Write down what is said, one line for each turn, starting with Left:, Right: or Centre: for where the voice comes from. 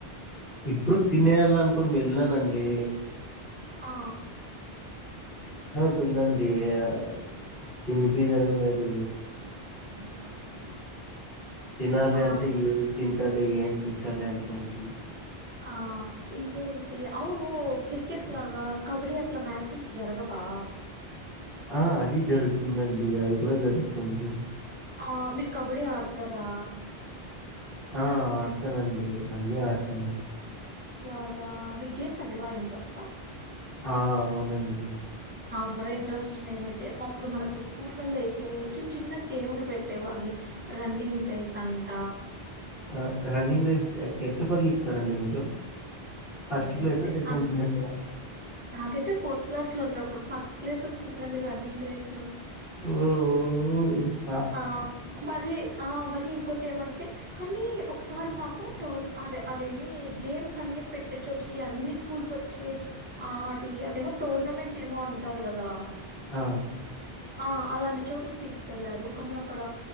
Left: ఇప్పుడు తినేయాలి అనుకుని వెళ్ళనన్ అండి
Right: ఆ
Left: ందండి <unintelligible> తినిపిదం లేదు
Right: అవునా
Left: తినాలి
Right: ఆ
Left: అంటే ఏ తి తల ఏన్ తింటలే అంతండి
Right: ఆ ఇంకేంటి అవును క్రికెట్ లాగా కబడ్డీ అట్లా మ్యాచెస్ జరగ ప
Left: ఆ అది జరుగుతుందండి అది కూడా జరుగుతుంది
Right: ఆ మీరు కబడ్డీ ఆడతారా
Left: ఆ ఆడతానండి అన్నీ ఆడతాను
Right: అలాగా మీకు గేమ్స్ అంటే బాగా ఇంటరెస్ట్ ఆహ్
Left: ఆ అవునండి
Right: నా కూడా ఇంట్రెస్ట్ నేనైతే అప్పుడు మనకు స్కూళ్లల్లో అయితే చిన్న చిన్న గేమ్లు పెట్టే వాళ్ళు రన్నింగ్ రేస్ అంట
Left: ఆ రన్నింగ్ రేస్ ఎట్టు పరిగెత్తుతారండి మీరు ఫస్ట్
Right: నేనైతే
Left: ప్లేసా? సెకండ్
Right: అంతే
Left: ప్లేసా?
Right: నాకైతే ఫోర్త్ క్లాస్ లో ఉన్న ఇప్పుడు ఫస్ట్ ప్లేస్ వచ్చిందండి రన్నింగ్ రేస్
Left: ఓ ఓ
Right: ఆ మరి ఆ మ రి ఇంకోటి ఏమంటే కానీ ఒకసారి నాకు టోర్ అదే అదేమి గేమ్స్ అన్ని పెట్టే చోటికి అన్ని స్కూల్స్ వచ్చి ఆటి అదేమో టోర్నమెంట్ ఏమో అంటారు గదా
Left: ఆ
Right: ఆ అలాంటి చోటుకి తీసుకెళ్లారు కానీ అక్కడ